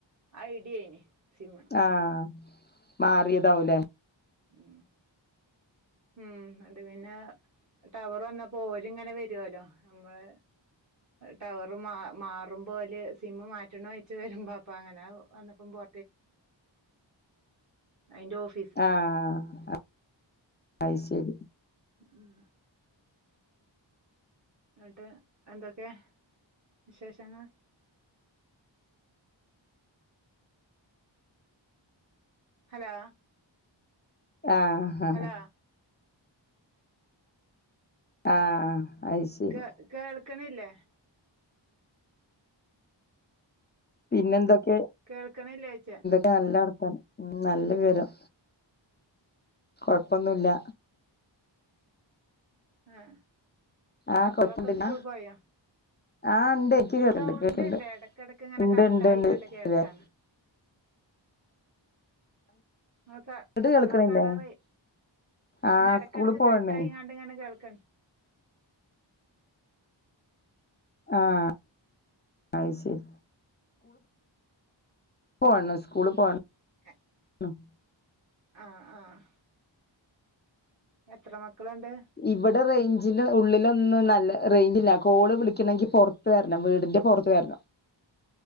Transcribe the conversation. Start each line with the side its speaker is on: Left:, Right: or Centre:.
Right: ഐഡിയിന് സിമ്മ്
Left: ആഹ് മാറിയതാവുല്ലേ
Right: ഉം ഉം അത് പിന്നെ ടവറ് വന്നപ്പോ ഓല്ങ്ങനെ വരുവല്ലോ നമ്മള് ടവറ് മാ മാറും പോലെ സിമ്മ് മാറ്റണഴച്ച് വരുമ്പോ അപ്പ അങ്ങനെ വന്നപ്പം പൊ അയിന്റെ ഓഫ്
Left: ആഹ് അഹ് ശരി
Right: ഉം എന്നിട്ട് എന്തൊക്കെ വിശേഷങ്ങൾ ഹലോ
Left: ആഹ് ആഹ്
Right: ഹലോ
Left: ആഹ് അത് ശരി
Right: കേൾ കേൾക്കണില്ലേ
Left: പിന്നെന്തൊക്കെ
Right: കേൾക്കണില്ലേച്ച
Left: നല്ല വർത്താനം ഉം നല്ല വിവരം കൊഴ്പ്പൊന്നുല്ല
Right: ആഹ്
Left: ആഹ്
Right: മക്കളൊക്കെ
Left: കൊഴപ്പുണ്ടില്ല
Right: സ്കൂള് പോയോ?
Left: ആഹ് ഇണ്ട് ഇൻക്ക് കേക്കണ്ട്
Right: സൗണ്ട്
Left: കേക്കണ്ട്
Right: ഉണ്ട് ഇടക്കിടക്ക് ഇങ്ങനെ
Left: ഇണ്ട്
Right: കട്ടായിങ്ങാണ്ട്
Left: ഇണ്ട്ണ്ട് <unintelligible>
Right: കേൾക്കാണ് ഇങ്ങൾക്കാ
Left: കേൾക്കണില്ലേ
Right: ഇങ്ങൾക്കാടാ റെയ് അതെന്നെ
Left: ആഹ്
Right: എടക്കെടക്ക്
Left: സ്കൂള് പോവണേ
Right: കട്ടായിങ്ങാണ്ട് ഇങ്ങനെ കേൾക്കണ്‌
Left: ആഹ് അയി ശെരി <unintelligible> വന്നു സ്കൂളിള് പോവാ
Right: <unintelligible>
Left: ഉം
Right: ആഹ് ആഹ് എത്ര മക്കള്ണ്ട്
Left: ഇവിടെ റേയ്ഞ്ചില് ഉള്ളിലൊന്നും നല്ല റേയ്ഞ്ചില്ലാ കോള് വിളിക്കണെങ്കി പൊറത്ത് വരണം വീടിന്റെ പൊറത്ത് വരണം